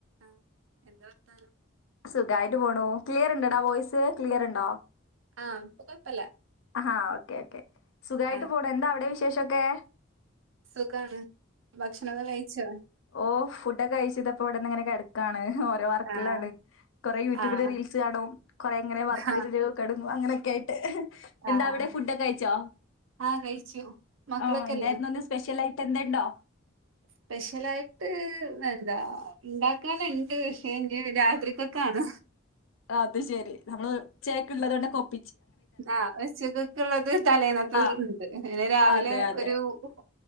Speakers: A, on the right; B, on the left.
A: ആഹ് എന്താ വാർത്ത
B: സുഖമായിട്ട് പോണു ക്ലിയർ ഉണ്ടോടാ വോയിസ് ക്ലിയറുണ്ടോ?
A: ആഹ് കുഴപ്പമില്ല.
B: ആഹ് ഓക്കേ ഓക്കെ സുഖമായിട്ട്
A: ആഹ്
B: പോണു എന്താ അവിടെ വിശേഷമൊക്കെ
A: സുഖാണ് ഭക്ഷണം ഒക്കെ കഴിച്ചോ
B: ഓഹ് ഫുഡൊക്കെ കഴിച്ച് ഇതപ്പം ഇവിടെ ഇങ്ങനെ കിടക്കാണ് ഓരോ വർക്കിലാണ്.
A: ആഹ്
B: കുറെേ യൂട്യൂബില്
A: ആഹ്
B: റീൽസ് കാണും കൊറെേ ഇങ്ങനെ വർക്കില്
A: ആഹ്
B: തൊടങ്ങും അങ്ങനെയൊക്കെയായിട്ട് എന്താ
A: ആഹ്
B: അവിടെ ഫുഡൊക്കെ കഴിച്ചോ
A: ആഹ് കഴിച്ചു മക്കളൊക്കെല്ലേ
B: ആ എന്തായിരുന്നു ഇന്ന് സ്പെഷ്യൽ ആയിട്ട് എന്തേലുമുണ്ടോ
A: സ്പെഷ്യലായിട്ട് എന്താ ഉണ്ടാക്കാനുണ്ട് പക്ഷെങ്കിൽ രാത്രിക്കൊക്കെ ആണ്
B: അത് ശെരി നമ്മള് ഉച്ചയായിക്കുള്ളതുകൊണ്ട് കൊണ്ട് കൊ
A: ആഹ് ഉച്ചയ്ക്കത്തേക്ക് ഉള്ളത് തലേന്നത്തെത്
B: ആ
A: ഉണ്ട് പിന്നെ രാവിലെ
B: അതെ അതെ
A: ഒരു ഉപ്പ്